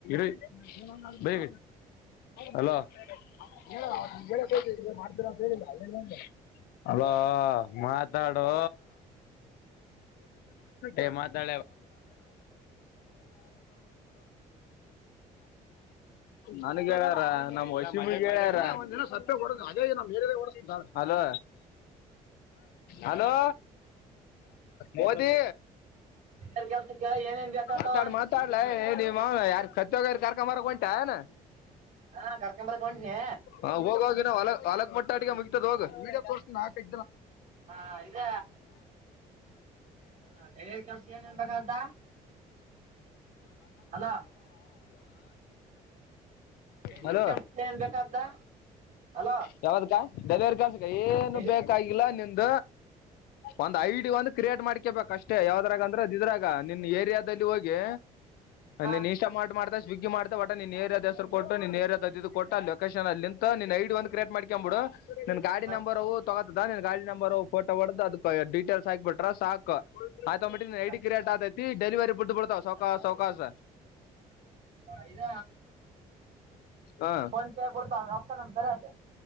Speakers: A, on the left; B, on the right.
A: ಇಡ್ ಬೇಗ ಹಲೋ ಹೇಳ ಕೆಳತತಿ ಮಾಡ್ತೀರಾ ಅಂತ ಹೇಳಿಲ್ಲ ಹೇಳಂದ ಅಲೋ ಮಾತಾಡೊ ಎ ಮಾತ <unintelligible> ನನಗ ಹೇಳ್ಯಾರ ನಮ್ಮ ವಶೀನಿ ಗ ಹೇಳ್ಯಾರ <unintelligible> ಹಲೋ ಹಲೋ ಮೋದಿ
B: ಬೇರೆ ಕೆಲ್ಸಕ್ಕ ಏನೇನ್ ಬೇಕಾಗ್ತಾವ
A: ಮಾತಾಡ್ ಮಾತಾಡ್ಲ ಏ ನಿಮ್ ಯಾರ ಸತ್ತೋಗಾರ ಕರ್ಕೊಂಡ ಬರಾಕ್ ಹೊಂಟಿ ಏನ್
B: ಹಾ ಕರ್ಕೊಂಬರಕ್ ಹೊಂಟ್ನಿ
A: <unintelligible> ಹೋಗ ಹೋಗ ಇನ್ ಹೊಲ ಹೊಲಕ ಮುಟ್ಟಟಗೆ ಮುಗ ಹೋಗ <unintelligible> <unintelligible> <unintelligible>
B: ಆ, ಇದ ಡೆಲಿವರಿ ಕೆಲ್ಸ ಏನೇನ್ ಬೇಕಾದ ಹಲೋ ಡೆಲಿವರಿ
A: ಹಲೋ
B: ಕೆಲ್ಸಕ್ಕೆ ಏನ್ ಬೇಕಾದ ಹಲೋ
A: ಕೆಳಾತತಿ. ಡೆಲಿವರಿ ಕೆಲ್ಸಕ್ಕ ಏನು
B: ಡೆಲಿ
A: ಬೇಕಾಗಿಲ್ಲ ನಿಂದ ಒಂದ ಐ ಡಿ ಒಂದ ಕ್ರಿಯೇಟ್ ಮಾಡ್ಕೇಬೇಕ್ ಅಷ್ಟೇ ಯಾವದ್ರಾಗ ಅಂದ್ರೆ ಇದ್ರಾಗ ನಿನ್ ಏರಿಯಾದಲ್ಲಿ ಹೋಗಿ
B: ಹಾ
A: ನಿನ್ ಇನ್ಸ್ಟಾಮಾರ್ಟ್ ಮಾಡ್ತಿ ಸ್ವಿಗ್ಗಿ ಮಾಡ್ತ ಒಟ ನಿನ್ ಏರಿಯಾದ ಹೆಸರ ಕೊಟ್ಟ ನೀನ್ ಏರಿಯಾದ ಕೊಟ್ಟ ಆ ಲೊಕೇಶನ್ ಅಲ್ಲಿಂತ ನಿನ್ ಐ ಡಿ ಒಂದ ಕ್ರಿಯೇಟ್ ಮಾಡ್ಕೊಂದ ಬಿಡು. ನನ್ ಗಾಡಿ
B: ಹಾ,
A: ನಂಬರ್ವು ತೊಗೋತದ ನಿನ್ ಗಾಡಿ ನಂಬರ್ ಫೋಟೋ ಹೊಡ್ದ ಅದಕ ಡೀಟೇಲ್ಸ್ ಹಾಕ್ಬಿಟ್ರ ಸಾಕ ಆಟೋಮ್ಯಾಟಿಕ್ ಐ
B: ಹಾ,
A: ಡಿ ಕ್ರೇಟ್ ಆತೈತಿ ಡೆಲಿವರಿ ಫುಡ್ ಬಿಳತವ ಸೌಕ ಸೌಕಾಸ
B: ಹ ಇದ
A: ಹಾ
B: ಫೋನ್ ಪೇ ಬಿಳತವ ಆಫರ್ ನಮ್ದರಾಗ